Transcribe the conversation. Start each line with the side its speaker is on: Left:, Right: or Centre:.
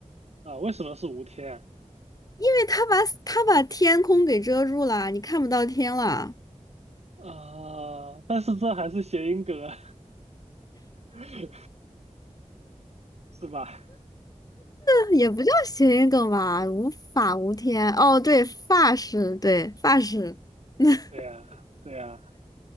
Right: 啊？为什么是无天
Left: 因为他把他把天空给遮住了，你看不到天了。
Right: 啊？啊但是这还是谐音梗啊，<laughs> 是吧？
Left: 这也不叫谐音梗吧？无法无天。哦，对，发饰，对，发饰。<laughs>
Right: 对呀、对呀、